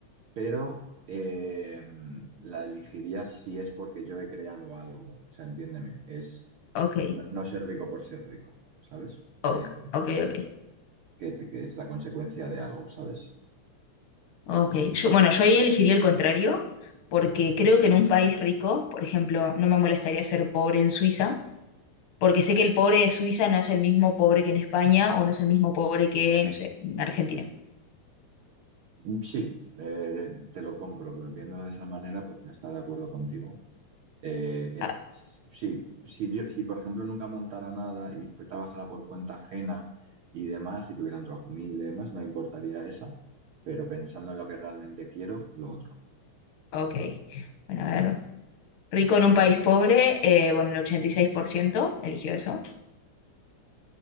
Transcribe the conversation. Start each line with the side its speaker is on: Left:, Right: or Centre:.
Right: pero eh, la elegiría si es porque yo he creado algo. O sea, entiéndeme, es
Left: Ok,
Right: no, no ser rico por ser rico, ¿sabes?
Left: ok,
Right: Eh,
Left: ok, ok.
Right: que, que es la consecuencia de algo, ¿sabes?
Left: ok. Yo, bueno, yo ahí elegiría el contrario, porque creo que en un país rico, por ejemplo, no me molestaría ser pobre en Suiza porque sé que el pobre de Suiza no es el mismo pobre que en España o no es el mismo pobre que, no sé, en Argentina.
Right: Mm, Sí, eh, te lo compro, pero viéndolo de esa manera podría estar de acuerdo contigo. Eh, eh,
Left: Ah,
Right: s- sí, si yo, si por ejemplo nunca montara nada y pues trabajara por cuenta ajena y demás, si tuviera un trabajo humilde y demás, no me importaría esa, pero pensando en lo que realmente quiero, lo otro.
Left: ok. Bueno, a ver. Rico en un país pobre, eh, bueno, el 86% eligió eso.